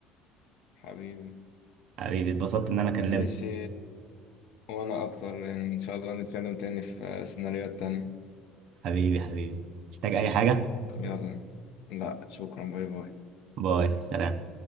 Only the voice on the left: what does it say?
حبيبي
ماشي وانا اكتر يعني، ان شاء الله نتكلم تاني في سيناريوهات تانية
يلا لا شكرا باي باي